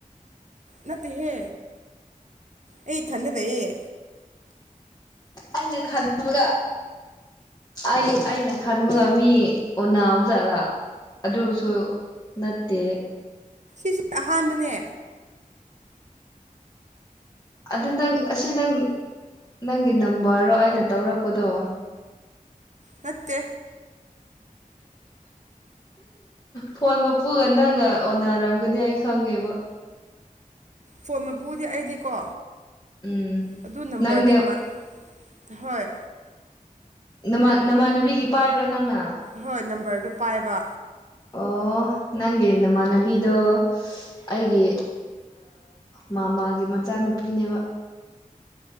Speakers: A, on the right; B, on the left.
A: ꯅꯠꯇꯦꯍꯦ ꯑꯩ ꯏꯊꯟꯗꯥ ꯂꯩꯌꯦ
B: ꯑꯩꯅ ꯈꯟꯕꯒꯥ ꯑꯩ ꯑꯩꯅ ꯈꯟꯕꯒꯥ ꯃꯤ ꯎꯨꯟꯅꯕꯖꯥꯠꯂꯥ ꯑꯗꯨꯁꯨ ꯅꯠꯇꯦ
A: ꯁꯤ ꯑꯍꯥꯟꯕꯅꯦ
B: ꯑꯗꯨ ꯅꯪ ꯑꯁꯤ ꯅꯪ ꯅꯪꯒꯤ ꯅꯝꯕꯔꯔꯣ ꯑꯩꯅ ꯇꯧꯔꯛꯄꯗꯣ
A: ꯅꯠꯇꯦ
B: ꯐꯣꯟ ꯃꯄꯨꯒꯥ ꯅꯪꯒꯥ ꯑꯣꯟꯅꯔꯝꯒꯅꯤ ꯑꯩ ꯈꯪꯉꯦꯕ
A: ꯐꯣꯟ ꯃꯄꯨꯗꯤ ꯑꯩꯗꯤꯀꯣ
B: ꯎꯝ
A: ꯑꯗꯨ ꯅꯝꯕꯔꯗꯣ
B: ꯅꯪꯅꯦ
A: ꯏꯃꯥꯟ ꯍꯣꯏ
B: ꯅꯃꯥꯟ ꯅꯃꯥꯟꯅꯨꯕꯤꯒꯤ ꯄꯥꯏꯕ꯭ꯔꯥ ꯅꯪꯅ
A: ꯍꯣꯏ ꯅꯝꯕꯔꯗꯨ ꯄꯥꯏꯕ
B: ꯑꯣ ꯅꯪꯒꯤ ꯅꯃꯥꯟꯅꯕꯤ ꯑꯗꯣ ꯑꯩꯒꯤ ꯃꯥꯝꯃꯥꯒꯤ ꯃꯆꯥ ꯅꯨꯄꯤꯅꯦꯕ